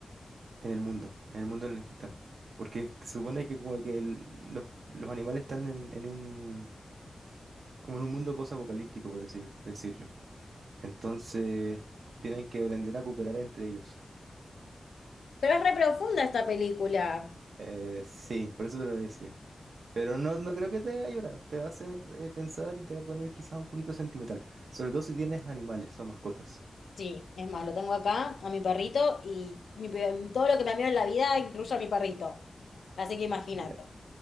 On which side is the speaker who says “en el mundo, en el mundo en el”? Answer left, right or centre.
Right